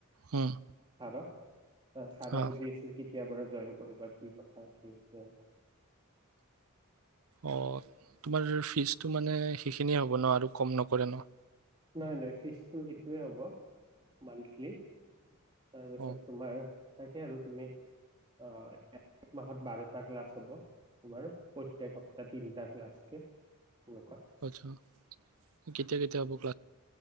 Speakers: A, on the right; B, on the right.
A: উম
B: ছাৰক, ছাৰে
A: অ
B: শুধি আছিল কেতিয়া পৰা জইন কৰিবা কি কথা কি <unintelligible> <unintelligible>
A: অ তোমাৰ? ফিজটো মানে সেইখিনিয়ে হ'ব ন। আৰু কম নকৰে ন।
B: নাই নাই ফিজটো সেইটোৱে হ'ব মান্থলি? তাৰপিছত
A: অ
B: তোমাৰ? তাকে আৰু তুমি আহ এক মাহত বাৰটা ক্লাছ হ'ব তোমাৰ প্ৰত্যেক সপ্তাহ তিনিটা ক্লাছকে? এনেকুৱা
A: আচছা কেতিয়া কেতিয়া হ'ব ক।